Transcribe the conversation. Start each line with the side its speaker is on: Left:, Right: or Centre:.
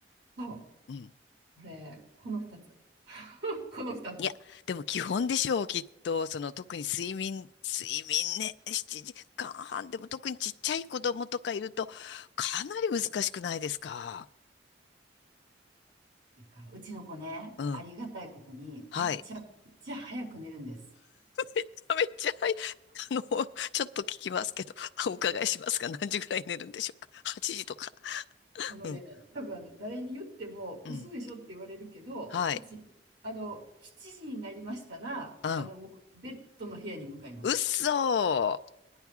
Right: そう。
Left: うん、うん。
Right: これ、この二つ。この二つ。
Left: いや、
Right: っ
Left: でも基本でしょう、きっと。その特に睡眠、睡眠ね、7時間半。でも特にちっちゃい子供とかいると、かなり難しくないですか
Right: ていうか、うちの子ね、
Left: うん。
Right: ありがたいことに、
Left: はい。
Right: めっちゃくちゃ早く寝るんです。
Left: <laughs> めっちゃ、はい。あの、ちょっと聞きますけど、あお伺いしますが、何時ぐらい寝るんでしょうか ?8 時とか。
Right: あのね、
Left: うん。
Right: 多分あの誰に言っても嘘でしょって言われるけど、
Left: うん。はい。
Right: うち、あの、7時になりましたら、
Left: うん。
Right: あの、もうベッドの部屋に向かいます。
Left: うっそー。